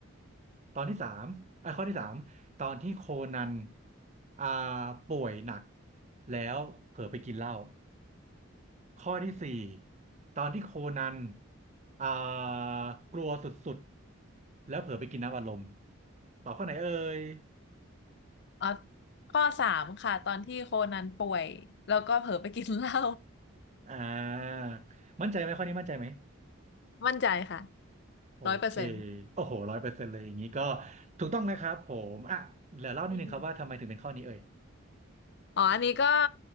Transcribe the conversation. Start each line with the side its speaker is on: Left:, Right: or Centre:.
Right: ตอนที่สามอ่ะข้อที่สามตอนที่โคนันอ่าป่วยหนักแล้วเผลอไปกินเหล้าข้อที่สี่ตอนที่โคนันอ่ากลัวสุดๆแล้วเผลอไปกินน้ำอัดลมต่อบข้อไหนเอ่ย
Left: อ๋อข้อสามค่ะตอนที่โคนันป่วยแล้วก็เผลอไปกินเหล้า
Right: อ่ามั่นใจไหมข้อนี้มั่นใจไหม
Left: มั่นใจค่ะ
Right: โอเค
Left: ร้อยเปอร์เซ็นต์
Right: โอ้โหร้อยเปอร์เซ็นต์เลยอย่างนี้ก็ถูกต้องนะครับผมอ่ะเดี๋ยวเล่านิดนึงครับว่าทำไมถึงเป็นข้อนี้เอ่ย
Left: อืมอ๋ออันนี้ก็